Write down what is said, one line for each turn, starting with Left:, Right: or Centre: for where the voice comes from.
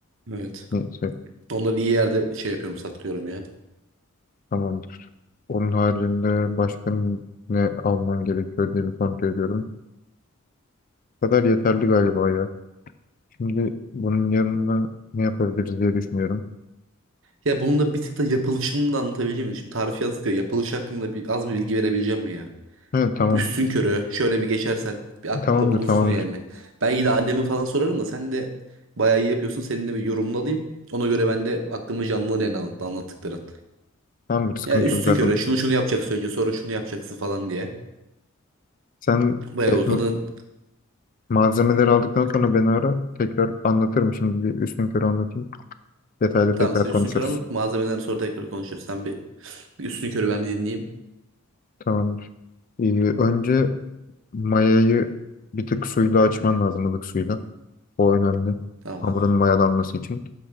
Right: Evet.
Left: Neyse
Right: Onları iyi yerde şey yapıyorum saklıyorum ya.
Left: tamamdır. Onun haricinde başka ne almam gerekiyor diye bir kontrol ediyorum. Bu kadar yeterli galiba ya. Şimdi bunun yanına ne yapabiliriz diye düşünüyorum.
Right: Ya bunun da bir tık da yapılışını da anlatabileceğim mi? Şimdi tarif yazdık ya yapılış hakkında bir, az bir bilgi verebileceğim mi ya?
Left: Evet tamam.
Right: Üstün körü şöyle bir geçersen bir aklımda
Left: Tamamdır
Right: bulunsun
Left: tamamdır.
Right: yani. Belki de anneme falan sorarım da sen de bayağı iyi yapıyorsun. Seninle bir yorumunu alayım. Ona göre ben de aklımı canlanır yani anlat, anlattıkların.
Left: Tamamdır sıkıntı
Right: Ya üstün
Left: yok zaten.
Right: körü şunu şunu yapacaksın önce sonra şunu yapacaksın falan diye.
Left: Sen
Right: Bayağı
Left: e,
Right: utanın.
Left: m- malzemeleri aldıktan sonra beni ara. Tekrar anlatırım şimdi bir üstün körü anlatayım. Detaylı
Right: Tamam
Left: tekrar
Right: sen
Left: konuşuruz.
Right: üstün körü anlat malzemeden sonra tekrar konuşuruz. Sen bir, bir üstün körü ben bir dinleyeyim.
Left: Tamamdır. Ee, önce mayayı bir tık suyla açman lazım ılık suyla. O önemli.
Right: Tamam.
Left: Hamurun mayalanması için.